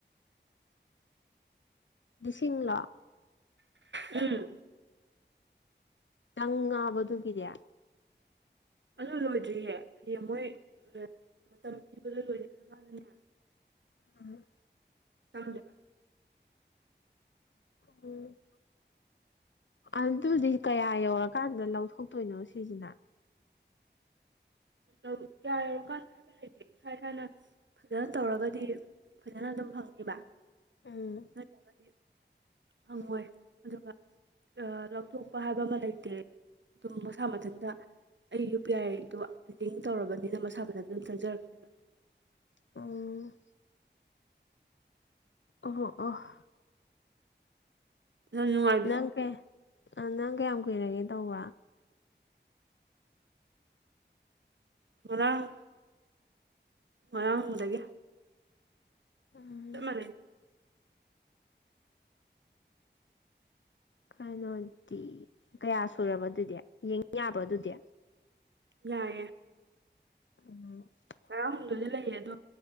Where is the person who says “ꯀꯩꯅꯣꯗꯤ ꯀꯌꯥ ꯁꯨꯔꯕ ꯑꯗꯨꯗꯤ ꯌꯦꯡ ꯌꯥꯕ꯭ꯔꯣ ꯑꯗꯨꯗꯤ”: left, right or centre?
Left